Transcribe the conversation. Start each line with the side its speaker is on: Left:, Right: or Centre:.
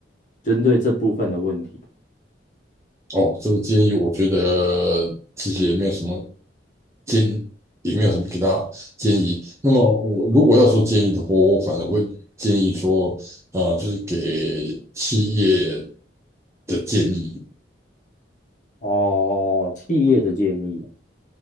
Left: 针对这部分的问题？
Right: 哦，这个建议我觉得其实也没有什么建议也没有什么给大家建议。那么我如果要说建议的话，我反而会建议说，啊、就是给企业的建议。
Left: 哦，企业的建议。